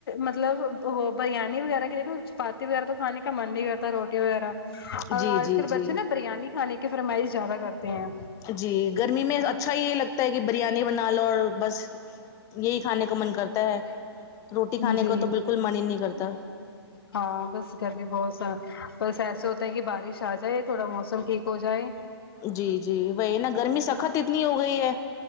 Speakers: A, on the left; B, on the left.
A: مطلب وہ بریانی وغیرہ کے دیکھو چپاتی وغیرہ تو کانے کا من نہیں کرتا روٹی وغیرہ
B: جی
A: آج
B: جی
A: کل
B: جی
A: بچے نا بریانی کھانے کی فرمائش زیادہ کرتے ہیں
B: جی گرمی میں اچھا ہی یے لگتا ہے کی بریانی بنا لو اور بس یہی کھانے کو من کرتا ہے روٹی کھانے
A: جی
B: کو تو بالکل من ہی نہیں کرتا
A: ہاں بس گرمی بہت سہ بس ایسا ہوتا ہے کی بارش آ جائے تھوڑا موسم ٹھیک ہو جائے
B: جی جی وہی نا گرمی سخت اتنی ہو گئی ہے